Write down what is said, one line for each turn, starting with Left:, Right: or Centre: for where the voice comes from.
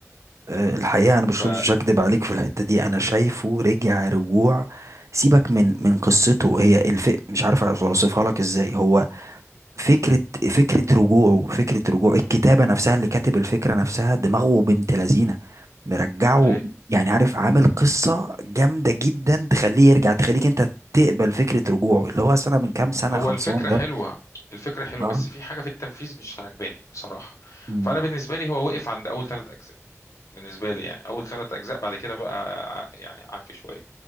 Right: آه، الحقيقة انا
Left: ف
Right: مش مش هكدب عليك في الحتة دي انا شايفه رجع رجوع سيبك من من قصته هي الف مش عارف اوصفها
Left: مم.
Right: لك ازاي هو فكرة فكرة رجوعه فكرة رجوعه الكتابة
Left: مم.
Right: نفسها اللي كاتب الفكرة نفسها دماغه بنت لذينة مرجعه
Left: اي
Right: يعني عارف عامل قصة جامدة جدا تخليه يرجع تخليك انت تقبل فكرة رجوعه اللي هو سنة من كام سنة
Left: هو
Right: خلصان
Left: الفكرة
Right: ده
Left: حلوة الفكرة حلوة
Right: اه
Left: بس في حاجة في التنفيذ مش عاجباني بصراحة
Right: مم.
Left: فأنا بالنسبة لي هو وقف عند أول ثلاث أجزاء بالنسبة لي يعني أول ثلاث أجزاء بعد كده بقى ع- يعني عك شوية